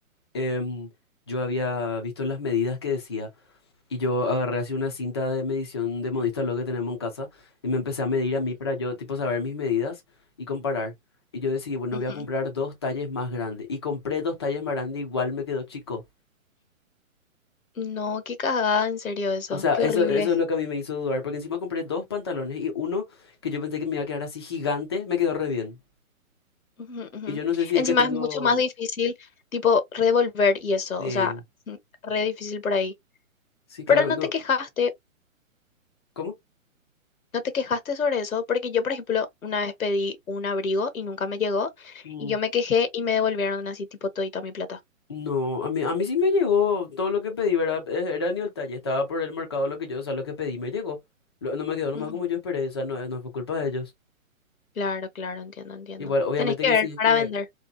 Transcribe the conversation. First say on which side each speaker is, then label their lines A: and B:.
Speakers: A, on the left; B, on the left.
A: em, yo había visto las medidas que decía. Y yo agarré así una cinta de medición de modista lo que tenemos en casa. Y me empecé a medir a mí para yo, tipo, saber mis medidas y comparar. Y yo decidí, bueno,
B: Ujú.
A: voy a comprar dos talles más grandes. Y compré dos talles más grandes, igual me quedó chico.
B: No, qué cagada, en serio eso,
A: O sea,
B: qué
A: eso,
B: horrible.
A: eso es lo que a mí me hizo dudar, porque encima compré dos pantalones y uno que yo pensé que me iba a quedar así gigante, me quedó re bien.
B: Ujú, ujú.
A: Y yo no sé si
B: Encima
A: es que tengo...
B: es mucho más difícil, tipo, revolver y eso,
A: eh,
B: o sea, ujú, re difícil por ahí.
A: sí, claro,
B: Pero no
A: no.
B: te quejaste,
A: ¿Cómo?
B: no te quejaste sobre eso, porque yo, por ejemplo, una vez pedí un abrigo y nunca me llegó,
A: Mm,
B: y yo me quejé y me devolvieron así, tipo, todita mi plata.
A: No, a mí, a mí sí me llegó todo lo que pedí, ¿verdad? Eh, Era ni el talle, estaba por el mercado lo que yo, o sea, lo que pedí me llegó. Lo- no me quedó nomás
B: Ujú.
A: como yo esperé, o sea, no, no fue culpa de ellos.
B: Claro, claro, entiendo, entiendo.
A: Igual, obviamente
B: Tenés que
A: que
B: ver
A: sí, es
B: para
A: que
B: vender.